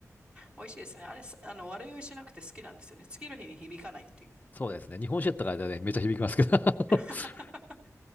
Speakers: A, on the right; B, on the left.
A: 美味しいですね。あれ、すあの、悪酔いしなくて好きなんですよね。次の日に響かないっていう。
B: そうですね。日本酒やったからね、めっちゃ響きますけど。<laughs>
A: <laughs>